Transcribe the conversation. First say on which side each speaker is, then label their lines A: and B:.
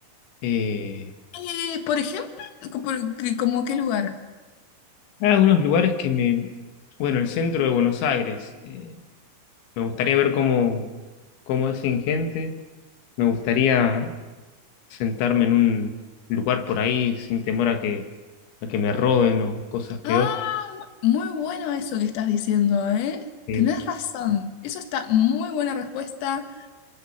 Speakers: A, on the left; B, on the left.
A: Eh,
B: Eh, por ejemplo, co- por- que- ¿como qué lugar?
A: hay algunos lugares que me... Bueno, el centro de Buenos Aires. eh, me gustaría ver cómo, cómo es sin gente. Me gustaría sentarme en un lugar por ahí sin temor a que, a que me roben o cosas peores.
B: Ah, mu- muy bueno eso que estás diciendo, ¿eh?
A: Eh,
B: Tenés razón. Eso está muy buena respuesta.